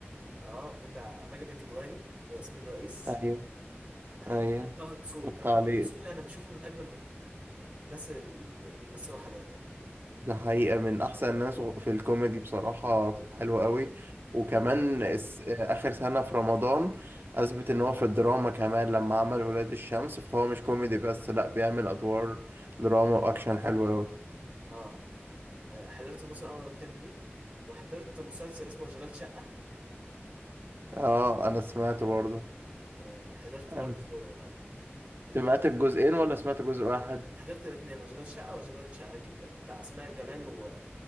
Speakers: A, on the right; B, on the right.
A: اه بتاع ماجد الكدواني وياسمين رئيس
B: ايوه
A: حد-
B: ايوه
A: طه دسوقي
B: اتفرجت
A: طبعا
B: عليه
A: طه دسوقي انا بشوفه من اجمل الناس اللي بيمثلوا حاليا
B: ده حقيقة من أحسن الناس في الكوميدي بصراحة
A: اه
B: حلو قوي وكمان الس- آخر سنة في رمضان أثبت إن هو في الدراما كمان لما عمل ولاد الشمس فهو مش كوميدي بس لأ بيعمل أدوار دراما وأكشن حلو قوي
A: اه آه، حضرت الموسم الاول والتاني دي وحضرت مسلسل اسمه اشغال شقه
B: آه أنا سمعته برضه
A: آه، حضرت
B: أنا
A: برضه آه، ال-
B: سمعت الجزئين ولا سمعت جزء واحد
A: حضرت الاثنين اشغال شقه واشغال شقه جدا بتاع اسماء جلال و,